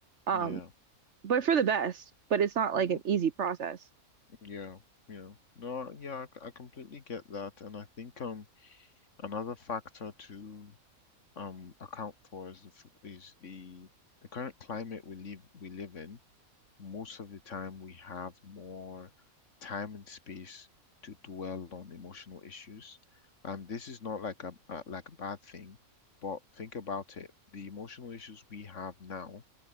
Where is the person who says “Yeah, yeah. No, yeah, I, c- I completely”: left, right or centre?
Left